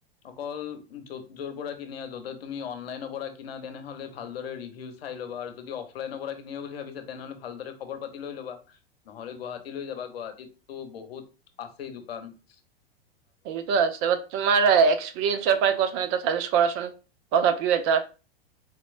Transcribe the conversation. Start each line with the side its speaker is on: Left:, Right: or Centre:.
Left: অকল য'ত যৰ পৰা কিনি য'তে তুমি অনলাইনৰ পৰা কিনা তেনেহলে ভালদৰে ৰিভিউ চাই ল'ব আৰু যদি অফলাইনৰ পৰা কিনিব বুলি ভাবিছে তেনেহ'লে ভালদৰে খবৰ পাতি লৈ ল'বা নহলে গুৱাহাটী লৈ যাবা গুৱাহাটীতো বহুত আছেই। ফ্ৰানস
Right: সেইটোতো আছে তোমাৰ এসৰিইঞ্চৰ পৰা কোৱাচোন এটা চাজেষ্ট কৰা চোন তথাপিও তাত।